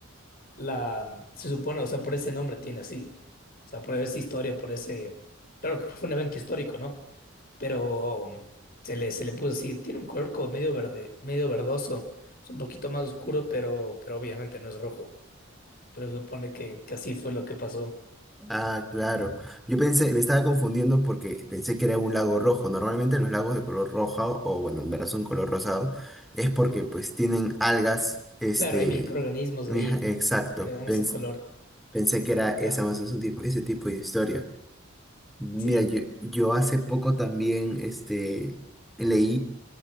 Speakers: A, on the left (about 45°); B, in the centre.
A: la, se supone, o sea, por ese nombre tiene así, o sea, por esa historia, por ese, claro que fue un evento histórico, ¿no? pero se le, se le puso así. Tiene un color como medio verde, medio verdoso. Es un poquito más oscuro, pero, pero obviamente no es rojo. Pero se supone que, que así fue lo que pasó.
B: Ah, claro. Yo pensé, me estaba confundiendo porque pensé que era un lago rojo. Normalmente los lagos de color roja o, o, bueno, en verdad son color rosado, es porque pues tienen algas, este,
A: Claro, hay microorganismos
B: mija-
A: ahí
B: exacto.
A: que dan
B: Pens-
A: ese color.
B: pensé que era esa
A: Ajá,
B: más o menos un tipo, ese tipo de historia. Mira,
A: sí.
B: yo, yo hace poco también, este, leí